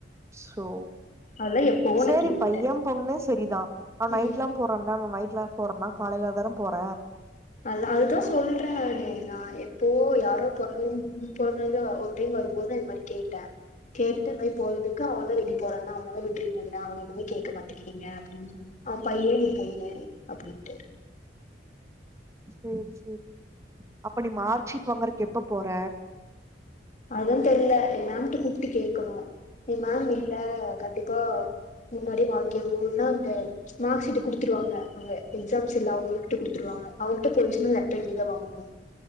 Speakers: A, on the right; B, on the left.
A: சோ
B: அதெல்லா எப்பவோ
A: சரி
B: நா கேட்டே
A: பையன் பொண்ணு சரிதான் நா நைட்
B: ம்
A: எல்லா போன்னா நைட்ல போறனா காலேல தானே போற
B: அத அதுதான் சொல்றன் நா எப்போ யாரோ பொறந்தல ஒரு டைம் வரும்போது அது மாரி கேட்டேன் கேட்டு இது மாரி போறதுக்கு அவந்தான் வெளிய போறன்னா அவளதான் விட்டு அவனு எதுவுமே கேட்க மாட்டங்கிறீங்க அப்டின் சொன்னேன் அவன் பையன் நீ பொண்ணு அப்டின்னுட்டாரு
A: சேரி சேரி அப்ப நீ மார்க் சிட் வாங்கறக்கு எப்ப போற
B: அதுதான் தெரியல ஏ மேம் கூப்டு கேக்ணும் ஏ மேம் இல்ல கண்டிப்பா முன்னாடி வாங்கியரனுன்னா அந்த மார்க் ஷீட் குடுத்துருவாங்க அங்க எக்ஸாம்ஸ் எல்லா அவங்கள்ட குடுத்துருவாங்க அவங்கள்ட போயிருச்சுனா லெட்டர் எழுதிதா வாங்கணு